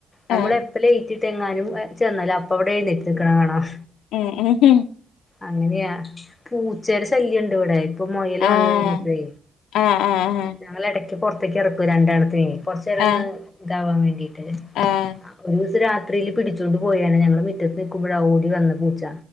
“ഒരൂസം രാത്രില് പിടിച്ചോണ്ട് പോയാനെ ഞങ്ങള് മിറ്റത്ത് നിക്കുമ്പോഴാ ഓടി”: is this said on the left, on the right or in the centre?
Left